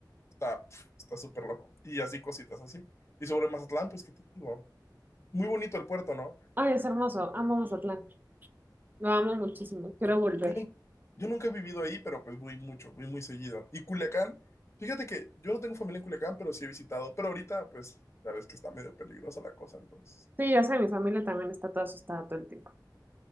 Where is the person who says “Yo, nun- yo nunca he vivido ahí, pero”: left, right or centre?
Left